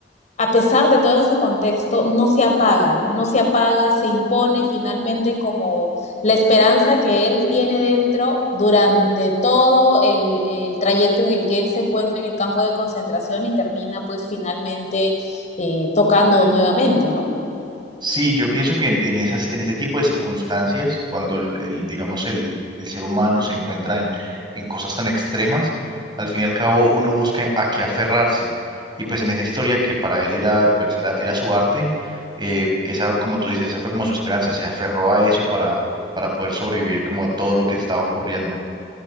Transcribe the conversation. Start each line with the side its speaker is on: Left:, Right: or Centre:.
Left: a pesar de todo ese contexto, no se apaga, ¿no? No se apaga, se impone finalmente como la esperanza que él tiene dentro durante todo el, el trayecto en el que él se encuentra en el campo de concentración y termina pues finalmente eh, tocando nuevamente, ¿no?
Right: Sí, yo pienso que en, en esas, en ese tipo de circunstancias, cuando el, el, digamos el, el ser humano se encuentra en, en cosas tan extremas, al fin y al cabo uno busca a qué aferrarse. Y pues en esa historia que para él era, pues, era, era su arte, eh, esa, como tú dices, esa fue como su esperanza, se aferró a eso para, para poder sobrevivir como a todo lo que estaba ocurriendo.